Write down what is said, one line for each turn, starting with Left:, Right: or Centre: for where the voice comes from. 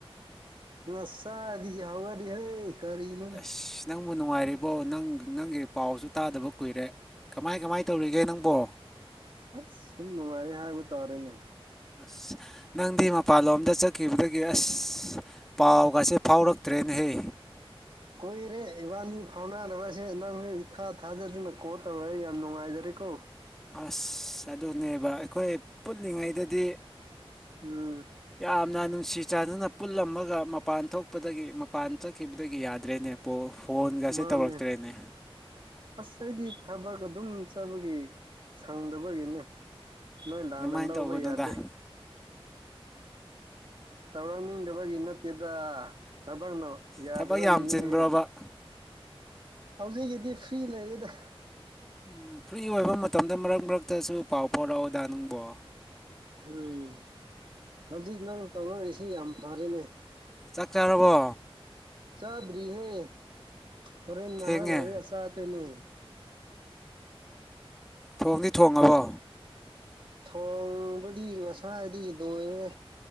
Right: ꯅꯁꯥꯗꯤꯒꯤ ꯍꯋꯥꯗꯤ ꯍꯥꯏ ꯀꯔꯤꯅꯅꯦ
Centre: ꯑꯁ ꯅꯪꯕꯨ ꯅꯨꯡꯉꯥꯏꯔꯤꯕꯣ ꯅꯪ ꯅꯪꯒꯤ ꯄꯥꯎꯁꯨ ꯇꯥꯗꯕ ꯀꯨꯏꯔꯦ ꯀꯃꯥꯏ ꯀꯃꯥꯏ ꯇꯧꯔꯤꯒꯦ ꯅꯪꯕꯣ
Right: ꯑꯁ ꯁꯨꯝ ꯅꯨꯡꯉꯥꯏꯔꯦ ꯍꯥꯏꯕ ꯇꯥꯔꯦꯅꯦ
Centre: ꯑꯁ ꯅꯪꯗꯤ ꯃꯄꯥꯟꯂꯣꯝꯗ ꯆꯠꯈꯤꯕꯗꯒꯤ ꯑꯁ ꯄꯥꯎꯒꯁꯦ ꯐꯥꯎꯔꯛꯇ꯭ꯔꯦꯅꯦ ꯍꯦ
Right: ꯀꯨꯏꯔꯦ ꯏꯕꯥꯅꯤ ꯐꯥꯎꯅꯔꯕꯁꯦ ꯅꯪꯅ ꯏꯊꯥ ꯊꯥꯖꯗꯨꯅ ꯀꯣꯜ ꯇꯧꯔꯦ ꯌꯥꯝ ꯅꯨꯡꯉꯥꯏꯖꯔ ꯁꯣ
Centre: ꯑꯁ ꯑꯗꯨꯅꯦꯕ ꯑꯩꯈꯣꯏ ꯄꯨꯜꯂꯤꯉꯩꯗꯗꯤ
Right: ꯎꯝ
Centre: ꯌꯥꯝꯅ ꯅꯨꯡꯁꯤ ꯆꯥꯗꯨꯅ ꯄꯨꯜꯂꯝꯃꯒ ꯃꯄꯥꯟ ꯊꯣꯛꯄꯗꯒꯤ ꯃꯄꯥꯟ ꯆꯠꯈꯤꯕꯗꯒꯤ ꯌꯥꯗ꯭ꯔꯦꯅꯦ ꯄꯣ ꯐꯣꯟꯒꯁꯦ
Right: ꯃꯥꯅꯦ
Centre: ꯇꯧꯔꯛꯇ꯭ꯔꯦꯅꯦ
Right: ꯑꯁ ꯑꯩꯗꯤ ꯊꯕꯛ ꯑꯗꯨꯝ ꯆꯠꯕꯒꯤ ꯁꯪꯗꯕꯒꯤꯅꯦ ꯅꯣꯏ ꯂꯥꯟꯗ
Centre: ꯑꯗꯨꯃꯥꯏꯅ
Right: ꯂꯧꯕ
Centre: ꯇꯧꯒꯅꯨꯗ
Right: ꯌꯥꯗꯦ ꯇꯧꯔꯛꯅꯤꯡꯗꯕꯒꯤ ꯅꯠꯇꯦꯗ ꯊꯕꯛꯅ ꯌꯥꯗꯕꯒꯤꯅꯤꯍꯦ
Centre: ꯊꯕꯛ ꯌꯥꯝ ꯆꯤꯟꯕ꯭ꯔꯣꯕ
Right: ꯍꯧꯖꯤꯛꯀꯤꯗꯤ ꯐ꯭ꯔꯤ ꯂꯩꯔꯤꯗ
Centre: ꯎꯝ ꯐ꯭ꯔꯤ ꯑꯣꯏꯕ ꯃꯇꯝꯗ ꯃꯔꯛ ꯃꯔꯛꯇꯁꯨ ꯄꯥꯎ ꯐꯥꯎꯣꯔꯛꯑꯣ ꯑꯣꯗꯥ ꯕꯣ
Right: ꯎꯝ ꯍꯧꯖꯤꯛ ꯅꯪ ꯇꯧꯅꯔꯤꯁꯤ ꯌꯥꯝ ꯐꯔꯅꯦ
Centre: ꯆꯥꯛ ꯆꯥꯔꯕꯣ
Right: ꯆꯥꯗ꯭ꯔꯤꯍꯦ ꯍꯣꯔꯦꯟ
Centre: ꯊꯦꯡꯉꯦ
Right: ꯅꯍꯥꯛ ꯂꯥꯏꯔꯒ ꯆꯥꯗꯣꯏꯅꯦ
Centre: ꯊꯣꯡꯗꯤ ꯊꯣꯡꯉꯕꯣ
Right: ꯊꯣꯡꯕꯨꯗꯤ ꯉꯁꯥꯏꯗꯤ ꯗꯣꯏꯔꯦ